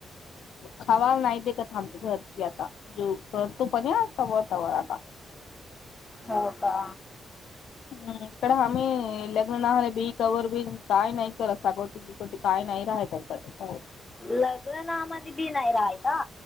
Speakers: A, on the left (about 80°); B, on the left (about 20°).
A: खवाल नाही दे का थांबच्या घरची आता, जो करतो पणता वतावर आता.
B: हो का.
A: हम्म, इकडं आम्ही लग्न राहले बी कवर बी काय नाही करत सागोटी. शेवटी काय नाही राहतायकडे.
B: लग्नामध्ये बी नाही राहायला.